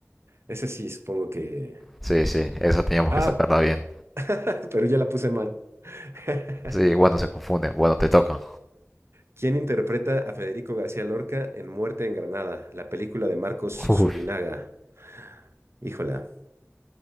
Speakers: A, on the right; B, in the centre.
A: Ese sí, supongo que...
B: Sí, sí, esa teníamos
A: Ah,
B: que sacarla bien.
A: <laughs> pero ya la puse mal. <laughs>
B: Sí, bueno, se confunde. Bueno, te toca.
A: ¿Quién interpreta a Federico García Lorca en Muerte en Granada, la película de Marcos Surinaga?
B: Uf.
A: Híjola,